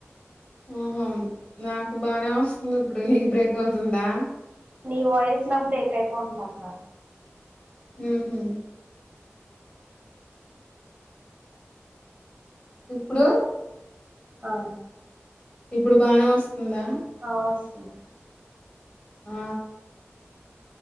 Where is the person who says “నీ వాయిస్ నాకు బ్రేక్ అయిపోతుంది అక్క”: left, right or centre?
Right